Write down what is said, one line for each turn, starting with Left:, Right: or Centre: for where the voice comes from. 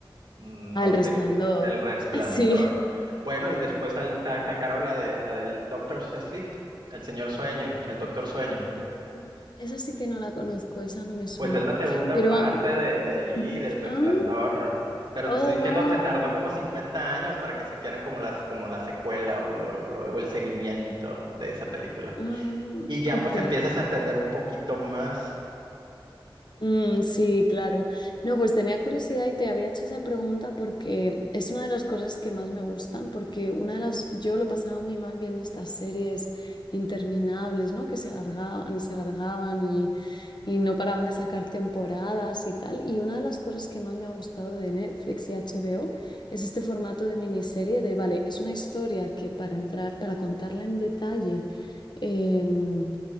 Right: mm,
Left: ah,
Right: no
Left: El
Right: sé,
Left: Resplandor.
Right: co- El Resplandor.
Left: <laughs> Sí.
Right: Bueno, y después sal- sa- sacaron la de, la del Doctor Sleep, el señor sueño, el doctor sueño.
Left: Mm, esa sí que no la conozco, esa no me suena.
Right: Pues es la segunda
Left: Pero,
Right: parte
Left: am-
Right: de, de ahí,
Left: ujú.
Right: del Resplandor.
Left: ah,
Right: Pero
Left: oh,
Right: te estoy diciendo,
Left: wow.
Right: se tardó como 50 años para que se quieran como las, como la secuela o, lo- lo- o el seguimiento de esa película.
Left: Ah,
Right: Y ya
Left: ok.
Right: pues empiezas a entender un poquito más.
Left: Mm, sí, claro. No, pues tenía curiosidad y te había hecho esa pregunta porque es una de las cosas que más me gustan, porque una de las, yo lo pasaba muy mal viendo estas series interminables, ¿no? Que se alargaban y se alargaban y, y no paraban de sacar temporadas y tal. Y una de las cosas que más me ha gustado de Netflix y HBO es este formato de miniserie de, vale, es una historia que para entrar, para contarla en detalle. em,